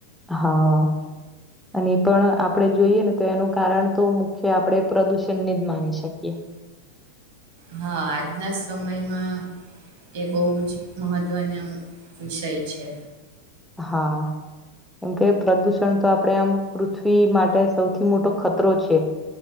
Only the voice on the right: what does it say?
હા, આજના સમયમાં એ બહજ મહત્વનો વિષય છે.